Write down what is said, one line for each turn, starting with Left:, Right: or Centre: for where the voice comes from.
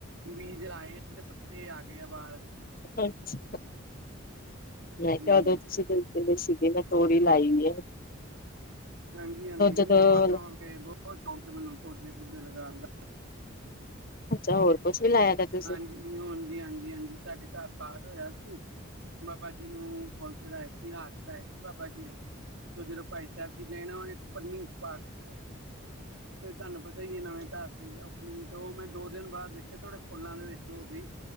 Right: ਵੀਜ ਆਏ ਆ ਤੇ ਪੱਤੇ ਆ ਗੇ ਆ ਬਾਹਰ।
Left: ਹਾਂਸ, ਮੈਂ ਕਿਹਾ
Right: ਹੂੰ
Left: ਉਦੋ ਤੁਸੀਂ ਕੋਈ ਜਿਹੜੇ ਸੀਗੇ, ਮੈਂ ਤੋਰੀ ਲਾਈ ਐ।
Right: ਹਾਂਜੀ-ਹਾਂਜੀ, ਮੈਨੂੰ
Left: ਜਦੋਂ
Right: ਬਹੁਤ ਸ਼ੌਕ ਏ, ਬਹੁਤ ਸ਼ੌਂਕ ਏ, ਮੈਨੂੰ ਪੌਦੇੇ-ਪੂਦੇ ਲਗਾਂਣ ਦਾ।
Left: ਅੱਛਾ, ਹੋਰ ਕੁੱਝ ਵੀ ਲਾਇਆ ਦਾ? ਤੁਸੀਂ
Right: ਹਾਂਜੀ-ਹਾਂਜੀ, ਹਾਂਜੀ-ਹਾਂਜੀ। ਸਾਡੇ ਘਰ ਪਾਠ ਹੋਇਆ ਸੀ, ਬਾਬਾ ਜੀ ਨੂੰ ਫੁੱਲ ਚੜ੍ਹਾਏ ਸੀ, ਹਾਰ ਚੜ੍ਹਾਏ ਸੀ ਬਾਬਾ ਜੀ ਦੇ ਤੇ ਜਦੋਂ ਭਾਈ ਸਾਹਬ ਜੀ ਨੇ ਨਾ, ਇੱਕ ਪਨੀ 'ਚ ਪਾ ਕੇ ਚਲੇ ਗਏ। ਫੇਰ ਤੁਹਾਨੂੰ ਪਤਾ ਈ ਏ, ਨਵੇਂ ਘਰ 'ਚ ਓਪਨਿੰਗ ਤੇ ਉਹ ਮੈਂ ਦੋ- ਦਿਨ ਬਾਅਦ ਦੇਖੇ ਥੋੜੇ ਫੁਲਾ ਦੇ ਵਿੱਚ ਓ ਹੋ ਗਈ,